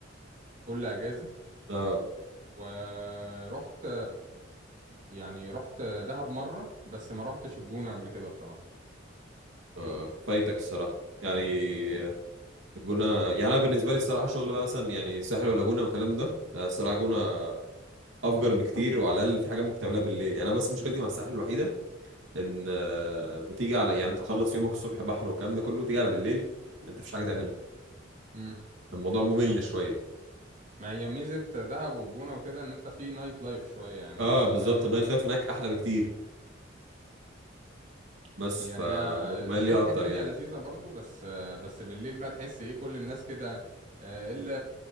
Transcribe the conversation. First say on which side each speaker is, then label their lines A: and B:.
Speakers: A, on the right (about 45°); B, on the right (about 80°).
A: كل اجازة
B: اه
A: ورحت يعني رحت دهب مرة بس ما رحتش الجونة قبل كده بصراحة
B: اه فايتك الصراحه يعني آه، الجونه يعني انا بالنسبه لي الصراحه شغل بقى مثلا يعني ساحل ولا جونه والكلام ده آه، الصراحه جونه افجر بكتير وعلى الاقل في حاجه ممكن تعملها بالليل يعني انا بس مشكلتي مع الساحل الوحيده ان آه، بتيجي على يعني انت تخلص يومك الصبح بحر والكلام ده كله تيجي على بالليل انت مفيش حاجه تعملها
A: مم.
B: الموضوع ممل شويه
A: ما هي ميزة دهب والجونة وكده ان انت في نايت لايف شوية يعني
B: اه بالظبط
A: فاهم
B: النايت لايف هناك احلى بكتير بس
A: يعني
B: فبكون
A: هي الصبح
B: مايل ليها اكتر
A: الدنيا
B: يعني
A: لذيذة برضو بس بس بالليل بقى تحس ايه كل الناس كده آه، اللي